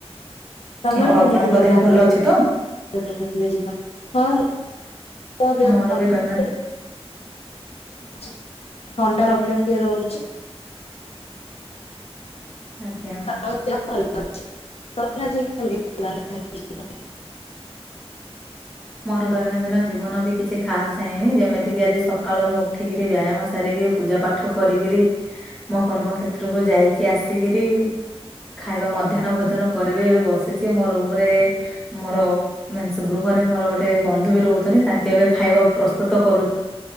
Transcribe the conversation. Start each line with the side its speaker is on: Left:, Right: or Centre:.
Left: ତମର
Centre: ହଉ
Left: କେମିତି
Centre: ଆପଣଙ୍କ
Left: ଗଲା
Centre: ଦେହ ଭଲ
Left: ଆଜି
Centre: ଅଛି ତ?
Left: ଦୈନନ୍ଦିନ ଜୀବନ? ହଁ ମୋ ଦେହ
Centre: ମୋର
Left: ଭଲ
Centre: ବି ଦୈନଦି
Left: ଅଛି। ଥଣ୍ଡା ପ୍ରୋବ୍ଲେମ ଟିକେ ରହୁଚି।
Centre: ଆଜ୍ଞା।
Left: ହଁ ଦେହ ଭଲ ଅଛି। ତୋର ଆଜି କେମିତି ଥିଲା। <unintelligible>
Centre: ମୋର ଦୈନନ୍ଦିନ ଜୀବନ ବି କିଛି ଖାସ ଯାଇନି। ଯେମିତିକି ଆଜି ସକାଳୁ ମୁଁ ଉଠିକିରି ବ୍ୟାୟାମ ସାରିକି ପୂଜା ପାଠ କରିକିରି, ମୋ କର୍ମକ୍ଷେତ୍ରକୁ ଯାଇକି ଆସିକରି ଖାଇବା ମଧ୍ୟାହ୍ନ ଭୋଜନ କରିବେ। ଏବେ ବସିଛି, ମୋ ରୁମରେ ମୋର ମିନ୍ସ ଗୃହ ମୋର ଗୋଟେ ବନ୍ଧୁ ବି ରହୁଛନ୍ତି, ତାଙ୍କେ ଏବେ ଖାଇବା ପ୍ରସ୍ତୁତ କରୁ